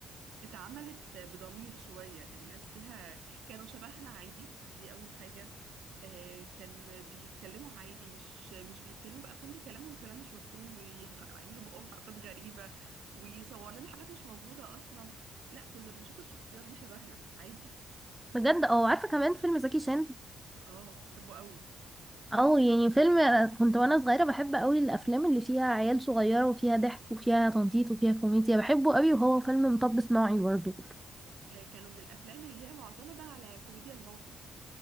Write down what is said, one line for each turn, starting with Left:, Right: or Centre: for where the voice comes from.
Right: اتعملت بضمير شويه الناس فيها كانوا شبهنا عادي دي اول حاجه آه كان بيتكلموا عادي مش مش بيتكلموا بقى كل كلامهم كلام مش مفهوم ويعملوا بقهم حركات غريبه ويصوروا لنا حاجات مش موجوده اصلا لا كنا بنشوف الشخصيات دي شبهنا عادي
Centre: بجد اه عارفه كمان فيلم زكي شان
Right: اه بحبه قوي
Centre: او يعني فيلم كنت وانا صغيره بحب قوي الافلام اللي فيها عيال صغيره وفيها ضحك وفيها تنطيط وفيها كوميديا بحبه قوي وهو فيلم مطب صناعي برضه
Right: آه كانوا من الافلام اللي هي معتمده على كوميديا الموقف